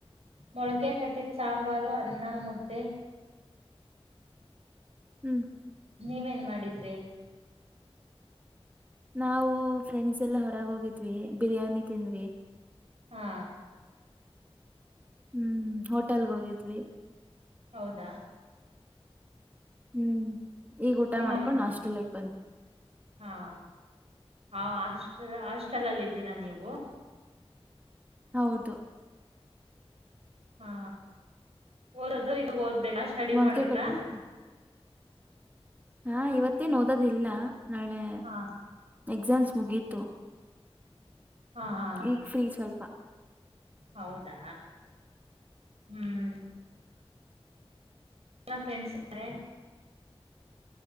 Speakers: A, on the right (about 80°); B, on the right (about 15°).
A: ಮೊಳಕೆ ಕಟ್ಟಿದ್ ಸಾಂಬಾರು ಅನ್ನ ಮುದ್ದೆ.
B: ಹ್ಮ್.
A: ನೀವೇನ್ ಮಾಡಿದ್ರಿ.
B: ನಾವು ಫ್ರೆಂಡ್ಸ್ ಎಲ್ಲ ಹೊರಗ್ ಹೋಗಿದ್ವಿ ಬಿರಿಯಾನಿ ತಿಂದ್ವಿ.
A: ಹಾ.
B: ಹ್ಮ್ ಹೋಟೆಲ್ಗ್ ಹೋಗಿದ್ವಿ.
A: ಹೌದಾ.
B: ಹ್ಮ್. ಈಗ್ ಊಟ
A: ನಿಮ್ಮಮ್ಮ
B: ಮಾಡ್ಕೊಂಡು ಆಸ್ಟಲಿಗ್ ಬಂದ್ವಿ.
A: ಹಾ ಹಾ ಹಸ್ಟೆಲ್ ಹಾಸ್ಟೆಲಲ್ಲಿದ್ದೀರಾ ನೀವು.
B: ಹೌದು.
A: ಹಾ ಓದದು ಇವಾಗ ಓದ್ಬೇಕು. <inaudible>
B: ಮೊಳಕೆ ಕಟ್ಟಿತ್ತು ಹಾ ಇವತ್ತೇ ಏನು ಓದೋದಿಲ್ಲ. ನಾಳೆ.
A: ಹಾ
B: ಎಕ್ಸಾಮ್ಸ್ ಮುಗೀತು.
A: ಹಾ ಹಾ
B: ಈಗ ಫ್ರೀ ಸ್ವಲ್ಪ. ಪ
A: ಹೌದಾ. ಹ್ಮ್ ಫ್ರೆಂಡ್ಸ್ರೆ,